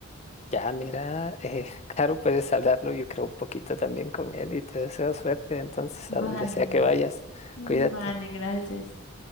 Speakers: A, on the left; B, on the left.
A: Ya, mira, eh, <laughs> claro, puedes hablarlo, yo creo un poquito también con él y te deseo suerte, entonces,
B: Vale,
A: a donde sea que
B: vale.
A: vayas,
B: Mm,
A: cuídate.
B: Vale, gracias.